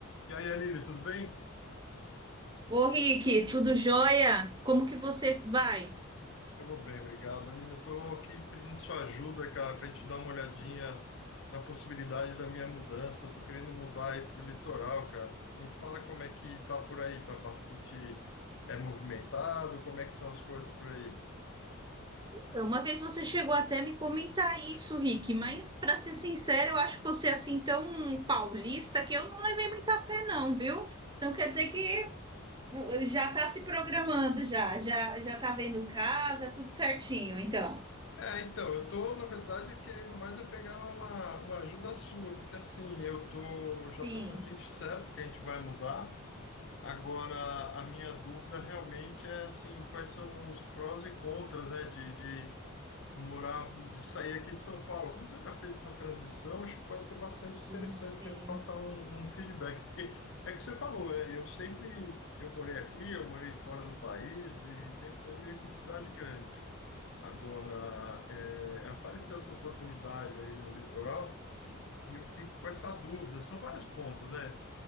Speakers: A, on the left (about 60°); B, on the right (about 20°).
A: E aí, Aline, tudo bem?
B: Ô, Rick, tudo jóia? Como que você vai?
A: Eu vou bem, obrigado. Aline, eu tô aqui pedindo sua ajuda, cara, para a gente dar uma olhadinha na possibilidade da minha mudança. Eu Tô querendo mudar aí pro litoral, cara. Me fala como é que tá por aí, tá bastante é movimentado, como é que são as coisas por aí?
B: Então, Uma vez você chegou até me comentar isso, Rick, mas para ser sincero, eu acho você assim tão paulista que eu não levei muita fé não, viu? Então quer dizer que uh, já tá se programando já, já já tá vendo casa, tudo certinho, então.
A: É, então, eu tô, na verdade, querendo mais é pegar uma, uma ajuda sua, porque assim, eu tô, já
B: Sim.
A: tá praticamente certo que a gente vai mudar. Agora, a minha dúvida realmente é assim, quais são os prós e contras, né, de, de morar, de sair aqui de São Paulo. Como você já fez essa transição, acho que pode ser bastante
B: Sim.
A: interessante você passar um, um feedback, porque é que você falou, é, eu sempre, eu morei aqui, eu morei fora do país e sempre foi meio que em cidade grande. Agora, é, apareceu essa oportunidade aí no litoral e eu fico com essa dúvida. São vários pontos, né?